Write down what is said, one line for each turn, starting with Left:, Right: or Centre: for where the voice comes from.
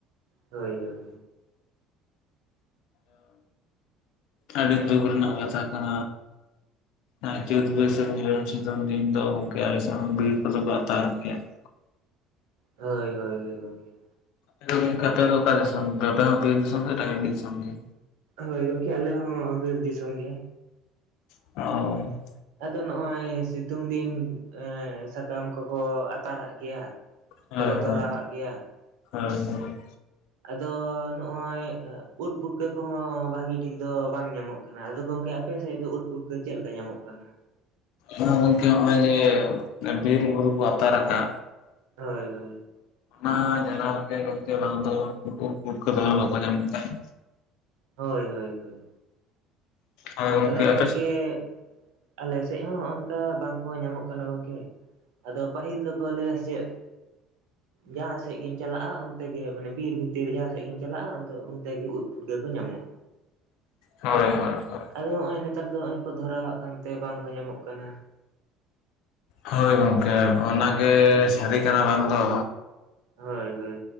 Right: ᱦᱳᱭ ᱦᱳᱭ ᱦᱚᱭ᱾
Left: <inaudible> ᱟᱹᱰᱤ ᱫᱩᱠ ᱨᱮᱱᱟᱜ ᱠᱟᱛᱷᱟ ᱠᱟᱱᱟ᱾ ᱟᱨ ᱪᱟᱹᱛ ᱵᱟᱹᱭᱥᱟᱹᱠ ‌ᱢᱤᱞᱚᱱ ᱥᱤᱛᱩᱝ ᱫᱤᱱ ᱫᱚ ᱚᱝᱠᱮ‌ ᱟᱞᱮ ᱥᱮᱜ ᱦᱚᱸ ᱵᱤᱨ ᱠᱚᱫᱚ ᱠᱚ ᱟᱛᱟᱨ‌ ᱠᱮᱭᱟ ᱾
Right: ᱦᱳᱭ ᱦᱳᱭ‌‌ ᱦᱳᱭ ᱜᱚᱝᱠᱮ᱾
Left: ᱟᱫᱚ ᱜᱚᱝᱠᱮ ᱟᱯᱮ ᱫᱚ ᱚᱠᱟ ᱫᱤᱥᱚᱢ ᱯᱮ‌ ᱟᱯᱮ ᱦᱚᱸ ᱵᱤᱨ ᱫᱤᱥᱚᱢ ᱥᱮ‌ ᱴᱟᱸᱰᱤ ‌ᱫᱤᱥᱚᱢ ‌ᱜᱮ?
Right: ᱦᱳᱭ ᱜᱚᱝᱠᱮ ᱟᱞᱮ ᱦᱚᱸ ᱵᱤᱨ ᱫᱤᱥᱚᱢ ᱜᱮ᱾
Left: <inaudible>
Right: ᱟᱫᱚ ᱱᱚᱜ-ᱚᱭ ᱥᱤᱛᱩᱝ ᱫᱤᱱ ᱮᱸ ᱥᱟᱠᱟᱢ ᱠᱚᱠᱚ ᱟᱛᱟᱨᱟᱜ ᱜᱮᱭᱟ᱾
Left: ᱦᱚᱭ
Right: ᱥᱮᱠᱚ
Left: ᱦᱚᱭ
Right: ᱫᱷᱚᱨᱟᱣᱟᱜ ᱜᱮᱭᱟ
Left: ᱦᱚᱭ ᱦᱚᱭ᱾
Right: ᱟᱫᱚ ᱱᱚᱜ-ᱚᱭ ᱚᱜ ᱩᱫ ᱯᱩᱴᱠᱟᱹ ᱠᱚᱦᱚᱸ ᱵᱷᱟᱜᱤ ᱴᱷᱤᱠ ᱫᱚ ᱵᱟᱝ ᱧᱟᱢᱚᱜ ᱼᱼ ᱠᱟᱱᱟ ᱟᱫᱚ ᱜᱚᱝᱠᱮ ᱟᱯᱮ ᱥᱮᱡ ᱫᱚ ᱩᱫ ᱯᱩᱴᱠᱟᱹ ᱪᱮᱜ ᱞᱮᱠᱟ ᱧᱟᱢᱚᱜ ᱠᱟᱱᱟ?
Left: ᱟᱫᱚ ᱜᱚᱝᱠᱮ ᱱᱚᱜ-ᱚᱭ ᱡᱮ ᱵᱤᱨ ᱵᱩᱨᱩ ᱠᱚ ᱟᱛᱟᱨ ᱟᱠᱟᱜᱼᱼ
Right: ᱦᱳᱭ ᱦᱳᱭ᱾
Left: ᱢᱟ ᱡᱟᱞᱮᱫ ᱛᱮ ᱱᱚᱱᱛᱮ ᱵᱟᱝ ᱫᱚ ᱱᱩᱠᱩ ᱯᱩᱴᱠᱟᱹ ᱫᱚᱦᱚᱸ ᱵᱟᱠᱚ ᱧᱟᱢ ᱵᱟᱭ ᱛᱟᱦᱮᱫ ᱼᱼ
Right: ᱦᱳᱭ ᱦᱳᱭ ᱦᱳᱭ᱾
Left: ᱦᱳᱭ ᱜᱚᱝᱠᱮ
Right: ᱟᱫᱚ ᱜᱚᱝᱠᱮᱜᱼᱼ
Left: ᱟᱯᱮ ᱥᱮᱫ
Right: ᱟᱞᱮ ᱥᱮᱡ ᱦᱚᱸ ᱦᱚᱸᱜ-ᱚᱝᱠᱟ ᱵᱟᱝ ᱠᱚ ᱧᱟᱢᱚᱜ ᱠᱟᱱᱟ ᱜᱚᱝᱠᱮ ᱟᱫᱚ ᱯᱟᱦᱤᱞ ᱫᱚᱠᱚ ᱞᱟᱹᱭᱟᱥᱼᱼ ᱥᱮᱫ ᱡᱟᱦᱟᱸᱥᱼᱼ ᱥᱮᱜ ᱜᱮᱢ ᱪᱟᱞᱟᱜ-ᱟ ᱚᱱᱛᱮ ᱜᱮ ᱢᱟᱱᱮ ᱵᱤᱨ ᱵᱷᱤᱛᱤᱨ ᱡᱟᱦᱟᱸ ᱥᱮᱜ ᱜᱮᱢ ᱪᱟᱞᱟᱜ-ᱟ ᱚᱱᱛᱮ ᱚᱱᱛᱮ ᱜᱮ ᱩᱫ ᱯᱩᱴᱠᱟᱹ ᱠᱚ ᱧᱟᱢᱚᱜ᱾
Left: ᱦᱚᱭ ᱦᱚᱭ ᱦᱚᱼᱼ
Right: ᱟᱫᱚ ᱦᱚᱸᱜ-ᱚᱭ ᱱᱮᱛᱟᱨ ᱫᱚ ᱚᱭ ᱠᱚ ᱫᱷᱚᱨᱟᱣᱟᱜ ᱠᱟᱱ ᱛᱮ ᱵᱟᱝ ᱠᱚ ᱧᱟᱢᱚᱜ ᱠᱟᱱᱟ᱾
Left: ᱦᱳᱭ ᱜᱚᱝᱠᱮ ᱚᱱᱟᱜᱮ ᱥᱟᱹᱨᱤ ᱠᱟᱱᱟ ᱵᱟᱝ ᱫᱚ?
Right: ᱦᱳᱭ ᱦᱳᱭ